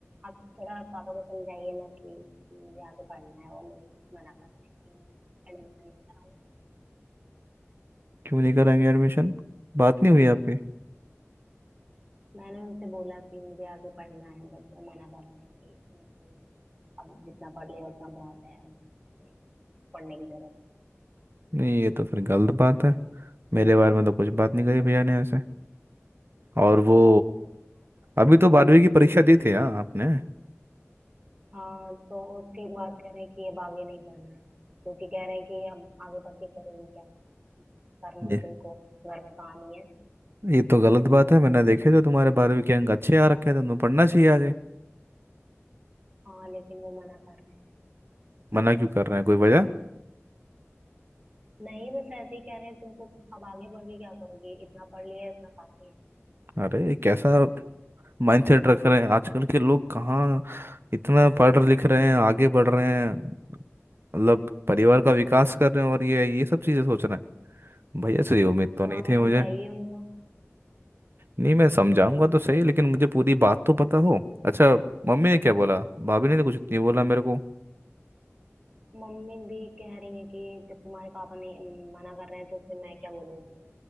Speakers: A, on the right; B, on the right.
A: आप थोड़ा पापा को समझाइए ना कि मुझे आगे पढ़ना है वो मुझे मना करते हैं कि मैं एडमिशन नहीं कराऊंगा
B: क्यों नहीं कराएंगे एडमिशन बात नहीं हुई आपकी
A: मैंने उनसे बोला कि मुझे आगे पढ़ना है बट वो मना कर रहे हैं कि नहीं, अब जितना पढ़ लिया उतना बहुत है अब ये पढ़ने की जरूरत
B: नहीं ये तो फिर गलत बात है मेरे बारे में तो कुछ बात नहीं करी भैया ने ऐसे और वो
A: नहीं।
B: अभी तो बारहवीं की परीक्षा दी थी ना आपने
A: हाँ तो उसके बाद कह रहे हैं कि अब आगे नहीं पढ़ना है क्योंकि कह रहे हैं कि अब आगे पढ़ के करोगे क्या करना तो
B: ये
A: तुमको घर का काम ही है
B: ये तो गलत बात है मैंने देखे थे तुम्हारे बारहवीं के अंक अच्छे आ रखे थे तुम्हें पढ़ना चाहिए आगे
A: हाँ लेकिन वो मना कर रहे हैं
B: मना क्यों कर रहे हैं कोई वजह
A: नहीं बस ऐसे ही कह रहे हैं तुमको अब आगे पढ़ के क्या करोगे इतना पढ़ लिया है, इतना काफी है
B: अरे ये कैसा माइंडसेट रख रहे हैं आजकल के लोग कहाँ इतना पढ़ लिख रहे हैं आगे बढ़ रहे हैं मतलब परिवार का विकास कर रहे हैं और ये ये सब चीज़ें सोच रहे हैं भैया से ये उम्मीद
A: हाँ
B: तो
A: तो
B: नहीं
A: आप
B: थी
A: समझाइए
B: मुझे
A: उनको
B: नहीं मैं समझाऊंगा तो सही लेकिन मुझे पूरी बात तो पता हो अच्छा मम्मी ने क्या बोला भाभी ने तो कुछ नहीं बोला मेरे को
A: मम्मी भी कह रही है कि जब तुम्हारे पापा ने मना कर रहे हैं तो फिर मैं क्या बोलूँ उसमें